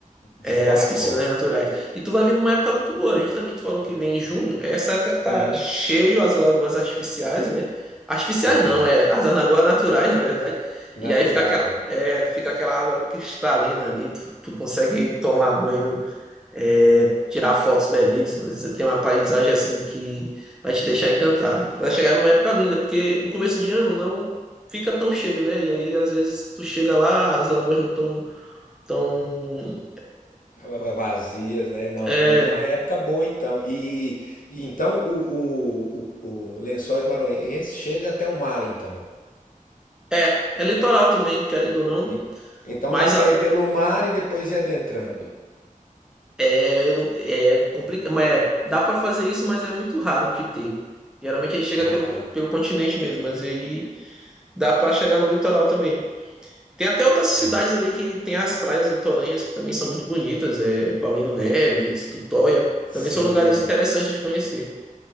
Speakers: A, on the left; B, in the centre.
A: de
B: É,
A: fora
B: as
A: a
B: piscinas
A: fora.
B: naturais. E tu vai vir numa época muito boa. Justamente tu falou que vem em junho. É essa época que tá
A: Uhum.
B: cheio as lagoas artificiais, né? Artificiais
A: Ó,
B: não, é as lagoas naturais, na verdade.
A: naturais,
B: E aí fica aquela,
A: né?
B: é, fica aquela água cristalina ali. Tu, tu consegue tomar banho é, tirar fotos belíssimas. Tem uma paisagem assim que vai te deixar encantado. Vai chegar numa época linda, porque no começo de ano não fica tão cheio, né? E aí às vezes tu chega lá, as lagoas não estão tão, tão,
A: Ah, Vazias, né? Não,
B: é,
A: eu tô indo na época boa então. E, e então o, o, o, o Lençóis Maranhenses chega até o mar então.
B: é, é litoral também, querendo ou não.
A: En- Então
B: Mas
A: dá para
B: a-
A: ir pelo mar e depois ir adentrando.
B: é, eu não- é complicado, mas é, dá para fazer isso, mas é muito raro de ter. Geralmente a gente chega
A: Ah,
B: pelo, co- pelo continente mesmo, mas aí dá para chegar no litoral também. Tem até outras cidades
A: hum,
B: ali que tem as praias litorâneas que também são muito bonitas, é Paulino Neves, Tutóia,
A: sim.
B: também são lugares interessantes de conhecer.